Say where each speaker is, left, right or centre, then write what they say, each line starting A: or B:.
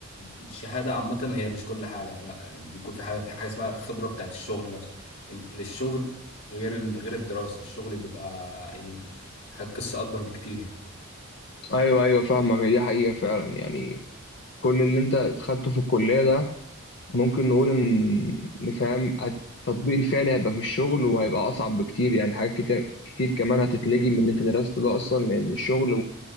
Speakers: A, on the left (about 75°); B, on the left (about 50°).
A: الشهادة عامة هي مش كل حاجة لا بيكون في حاجة في حاجة اسمها خبرة بتاعت الشغل نفسه ان الشغل غير ال- غير الدراسة الشغل بيبقى يعني قصة اكبر بكتير يعني
B: ايوه ايوه فاهمك دي حقيقه فعلا يعني كل اللي انت خدته في الكليه ده ممكن نقول ان نفهم التطبيق الفعلي هيبقى في الشغل وهيبقى اصعب بكتير يعني حاجات كتير كتير كمان هتتلجي من اللي انت درسته ده اصلا لان الشغل